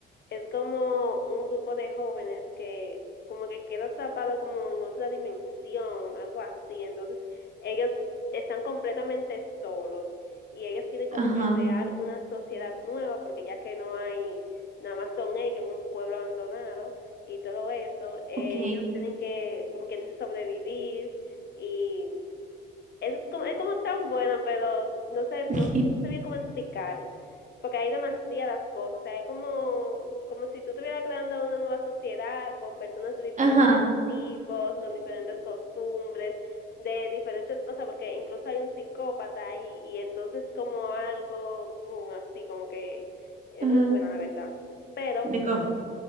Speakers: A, on the left (about 55°); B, on the right (about 40°).
A: es como un grupo de jóvenes que como que queda atrapado como en otra dimensión, algo así. Entonces, ellos están completamente solos y ellos tienen como
B: Ajá,
A: que crear una sociedad nueva porque ya que no hay, nada más son ellos en un pueblo abandonado y todo eso, eh,
B: ok.
A: ellos tienen que, como quien dice, sobrevivir y eso es como, es como tan bueno, pero no sé, no,
B: <laughs>
A: no sé bien cómo explicar, porque hay demasiadas cosas, o sea, es como, como si tú estuvieras creando una nueva sociedad con personas de diferentes
B: Ajá,
A: tipos, con diferentes costumbres, de diferentes cosas, porque incluso hay un psicópata ahí, y entonces como algo, boom, así como que es
B: ajá.
A: muy buena, la verdad. Pero
B: Me com-